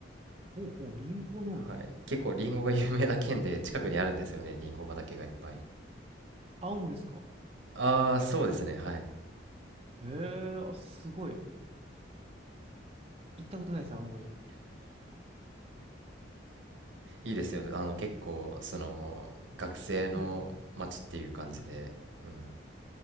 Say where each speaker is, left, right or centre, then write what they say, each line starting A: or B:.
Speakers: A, on the right; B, on the right.
A: ほうほう、リンゴ農園。
B: はい、結構りんごが有名な県で、近くにあるんですよね、りんご畑がいっぱい。
A: 青森ですか
B: ああ、そうですね、はい。
A: ええーあ、すごい。行ったことないです、青森。
B: いいですよ。あの、結構、その、学生の街っていう感じで、
A: はい。うん。
B: うん。